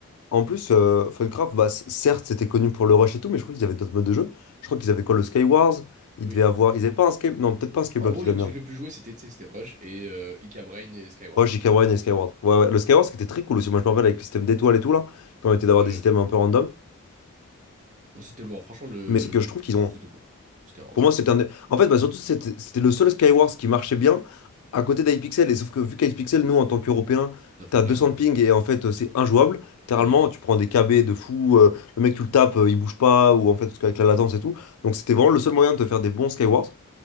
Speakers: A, on the left; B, on the right.
A: En plus, euh, Fullcraft, bah, c- certes, c'était connu pour le rush et tout, mais je crois qu'ils avaient d'autres modes de jeu. Je crois qu'ils avaient quoi, le Skywars? Ils
B: Oui.
A: devaient avoir. Ils avaient pas un Sky. Non, peut-être pas un Skyblock,
B: En gros,
A: je dis
B: le
A: de la
B: truc
A: merde.
B: le plus joué, c'était tu sais, c'était Rush et euh, Ika Brain et Skywars.
A: Ouais, j'ai Skywars et Skywars. Ouais, ouais. Le Skywars, qui était très cool aussi. Moi, je me rappelle avec le système d'étoiles et tout, là, qui permettait
B: Ouais,
A: d'avoir
B: ouais.
A: des items un peu random.
B: Non, C'était lourd. Franchement, le...
A: Mais c'est que je trouve
B: c'était
A: qu'ils ont.
B: cool. Skywars.
A: Pour moi, c'était un... des- En fait, bah, surtout, c'était c'était le seul Skywars qui marchait bien à côté d'iPixel. Et sauf que vu qu'iPixel, nous, en tant qu'Européens,
B: Ça fout
A: t'as
B: de
A: 200
B: la quoi.
A: de ping et en fait, euh, c'est injouable. Littéralement,
B: Ouais.
A: tu prends des KB de fou, euh, le mec, tu le tapes, euh, il bouge pas, ou en fait, avec la latence et tout. Donc, c'était vraiment le seul moyen de te faire des bons Skywars.